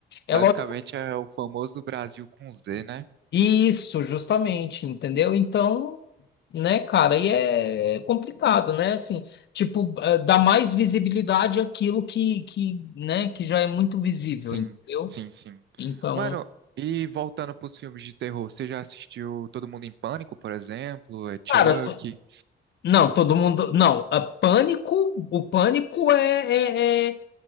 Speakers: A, on the left; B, on the right.
A: É
B: Basicamente
A: lógico.
B: é o famoso Brasil com Z, né?
A: Isso, justamente, entendeu? Então, né, cara, e é é complicado, né? Assim, tipo, eh, dá mais visibilidade àquilo que, que, né, que já é muito visível,
B: Sim,
A: entendeu?
B: sim, sim.
A: Então,
B: Mano, e voltando pros filmes de terror, você já assistiu Todo Mundo em Pânico, por exemplo? É Chuck?
A: cara, t- não, todo mundo, não, a pânico, o pânico é, é, é,